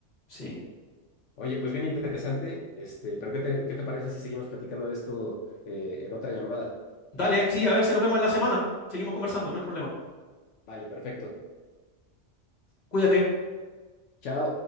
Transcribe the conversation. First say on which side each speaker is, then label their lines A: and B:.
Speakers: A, on the left (about 35°); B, on the left (about 75°).
A: sí.
B: Oye, pues bien interesante, este, pero ¿qué te, qué te parece si seguimos platicando de esto eh, en otra llamada?
A: Dale, sí, a ver si nos vemos en la semana. Seguimos conversando, no hay problema.
B: Vale, perfecto.
A: Cuídate.
B: Chao.